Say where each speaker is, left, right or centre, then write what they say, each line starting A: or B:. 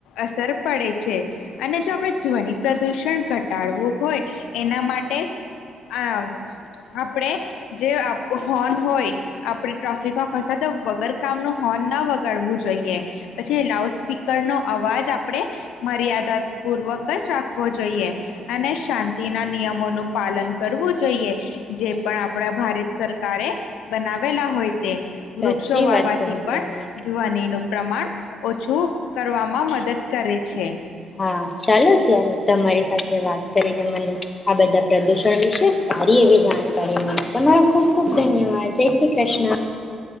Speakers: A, on the left; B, on the left.
A: અસર પડે છે. અને જો આપણે ધ્વનિ પ્રદૂષણ ઘટાડવું હોય એના માટે આ આપણે જે હોર્ન હોય આપણે ટ્રાફિકમાં ફસાતા વગર કામ નો હોર્ન ન વગાડવું જોઈએ, પછી એ લાઉડ સ્પીકરનો અવાજ આપણેે મર્યાદાપૂર્વક જ રાખવો જોઈએ, અને શાંતિના નિયમોનું પાલન કરવું જોઈએ જે પણ આપડા ભારત સરકારે બના વેલા હોય તે.
B: સાચી
A: વૃક્ષો વાવવાથી
B: વાત કહી
A: પણ
B: તમે
A: ધ્વનિનું પ્રમાણ ઓછું કરવામાં મદદ કરે છે.
B: હા ચાલો ત્યારે તમારી સાથે વાત કરીને મને આ બધા પ્રદુષણ વિશે સારી એવી જાણ કારીને તમારો ખૂબ, ખૂબ ધન્યવાદ. હા, જય શ્રી કૃષ્ણ.